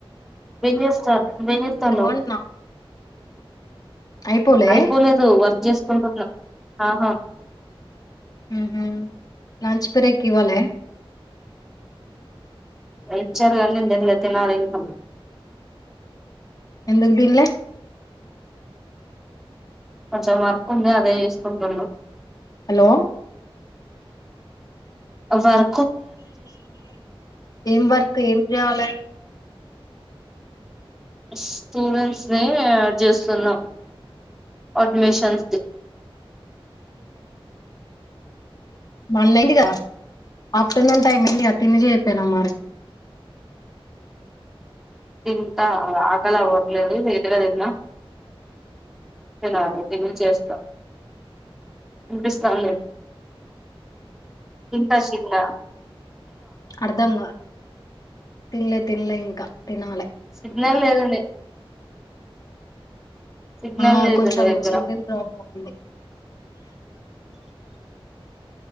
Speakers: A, in the centre; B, on the left (about 40°).
A: విన్యస్తన్ వినితానవ్
B: అంటున్నా అయిపోలే
A: అయిపోలేదు వర్జస్ చెసు కుంటన్నా హా
B: హమ్ లంచ్ బ్రేక్ ఇవాల
A: రచ్చారుగాన్నంట లే తనాలు ఇక
B: ఎంతకు తినాలే
A: కొంచెం మరకు ఉంద అదే యూసికుంటున వెళ్ం
B: హలో
A: వర్
B: ఏం వర్క్ ఏం చేయాలి
A: స్టూడెంట్స్ డ్ చేస్తున్నాం అడ్మిషన్స్ ది
B: వన్ ఏందిగా ఆఫ్టర్నూన్ టైం ఏందిగా తినిజ అయిపోయినా మరి
A: తింటా ఆకలి అవ్వట్లేదు నదుగా తిన్నా తినాల తిని చేస్తాం హపిస్తాదీ చింతాశీల్ల
B: అర్ధంగా తిల్ల తిల ఇంకా తినాల
A: సిగ్నల్ లేదండి సిగ్నల్
B: ఆ
A: లేదు
B: కొంచెం
A: నీ దగ్గర
B: సివియల్ ప్రాబ్లమ్ ఉంది